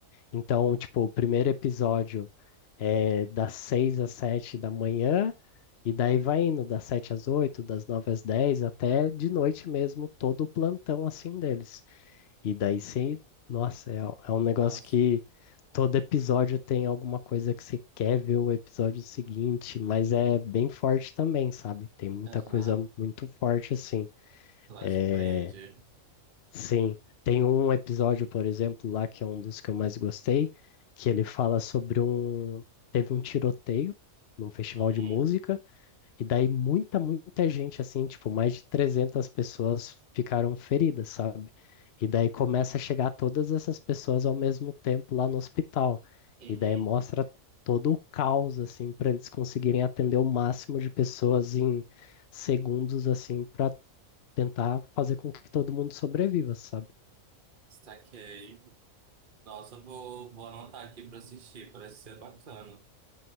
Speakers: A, on the left (about 55°); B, on the right (about 40°).
A: Então, tipo, o primeiro episódio é das seis às sete da manhã, e daí vai indo das sete às oito, das nove às dez, até de noite mesmo, todo o plantão, assim, deles. E daí sim, nossa, é, é um negócio
B: nossa.
A: que todo episódio tem alguma coisa que você quer ver o episódio seguinte, mas é bem forte também, sabe? Tem muita
B: Aham,
A: coisa muito forte assim.
B: ela
A: É,
B: te prende.
A: sim, tem um episódio, por exemplo, lá que é um dos que eu mais gostei, que ele fala sobre um. Teve um tiroteio num festival
B: Uhum,
A: de música. E daí muita, muita gente, assim, tipo, mais de 300 pessoas ficaram feridas, sabe? E daí começa a chegar todas essas pessoas ao mesmo tempo lá no hospital.
B: uhum,
A: E daí mostra todo o caos, assim, para eles conseguirem atender o máximo de pessoas em segundos, assim, para tentar fazer com que todo mundo sobreviva, sabe?
B: saquei. Nossa, eu vou, vou anotar aqui pra assistir, parece ser bacana.